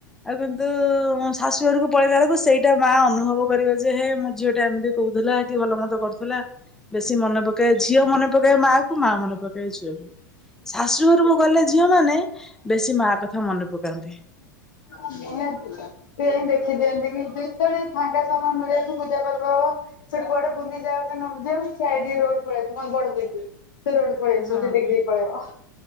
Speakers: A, in the centre; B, on the left.
A: ଆଉ କିନ୍ତୁ ଅଁ, ଶାଶୁ ଘରକୁ ପଳେଇଲା ବେଳକୁ ସେଇଟା ମା ଅନୁଭବ କରିବ। ଯେ ହେ ମୋ ଝିଅ ଟା ଏମିତି କହୁଥିଲା ହେ କି ଭଲ ମନ୍ଦ କରୁ ଥୁଲା। ବେଶୀ ମନେ ପକାଏ ଝିଅ ମନେ ପକାଏ ମା କୁ। ମା ମନେ ପକାଏ ଝିଅ କୁ। ଶାଶୁ ଘରକୁ ଗଲେ ଝିଅ ମାନେ ବେଶୀ ମା କଥା ମନେ ପକାନ୍ତି।
B: ହଁ ନିହାତି। ଟିକେ ଯାଇଁ ଦେଖି ଦିଅନ୍ତି କି ଯେତେବେଳେ ବି ଫାଙ୍କା ସମୟ ମିଳି ଯାଉଛି, ପୂଜାପର୍ବ ହେବ। ସେ କୁଆଡେ ବୁଲିଯାଉ କି ନ ଯାଉ ସେ ଆଡି ରୋଡ୍ ପଳେଇ ଆସୁ। ନନେ ବଡ <inaudible> ସେ ରୋଡ୍ କୁ ପଳେଇ ଆସନ୍ତେ
A: ହଁ
B: ଦେଖି
A: ବା
B: ଦେଇ ପଳେଇବ।